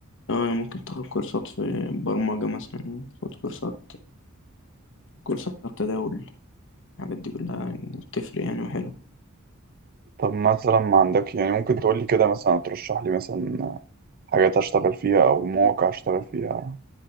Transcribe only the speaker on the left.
اه يعني ممكن تاخد كورسات في برمجة مثلا تاخد كورسات كورسات تداول الحاجات دي كلها يعني بتفرق يعني وحلو